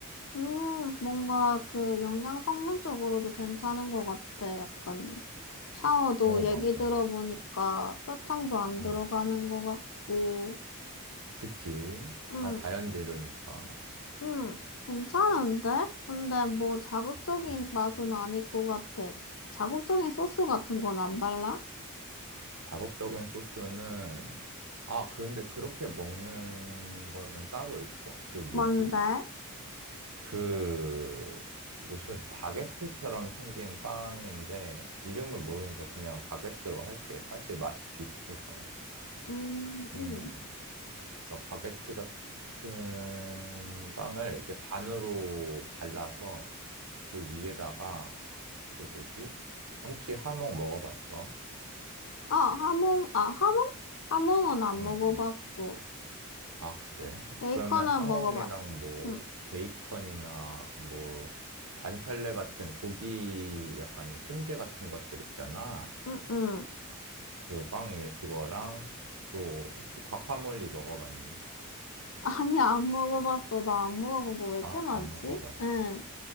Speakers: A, on the left (about 65°); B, on the right (about 75°).
A: 음, 뭔가 그 영양 성분 쪽으로도 괜찮은 것 같아. 약간 샤워도
B: 어,
A: 얘기
B: 맞아.
A: 들어보니까 설탕도 안
B: 음,
A: 들어가는 것 같고.
B: 그치.
A: 음,
B: 다 자연 재료니까.
A: 음, 괜찮은데? 근데 뭐 자극적인
B: 그치.
A: 맛은 아닐 것 같아. 자극적인 소스 같은 건 안 발라?
B: 자극적인 소스는 아, 근데 그렇게 먹는 거는 따로 있어. 그 뭐지?
A: 뭔데?
B: 그 무슨 바게트처럼 생긴 빵인데 이름을 모르니까 그냥 바게트로 할게. 사실 맛이 비슷해서.
A: 음,
B: 음,
A: 음.
B: 그러니까 바게트 같은 빵을 이제 반으로 갈라서 그 위에다가 그 뭐지? 혹시 하몽 먹어봤어?
A: 아, 하몽, 아, 하몽? 하몽은 안
B: 응,
A: 먹어봤어.
B: 응. 아, 그래?
A: 베이컨은
B: 그러면 하몽이랑
A: 먹어봤어.
B: 뭐
A: 응.
B: 베이컨이나 뭐 관찰래 같은 고기 약간 훈제 같은 것들 있잖아.
A: 응응.
B: 그 빵 위에 그거랑 또 혹시 과카몰리 먹어봤니?
A: 아니, 안 먹어봤어. 나 안 먹어본 거 왜 이렇게
B: 아,
A: 많지?
B: 안 먹어봤어.
A: 응,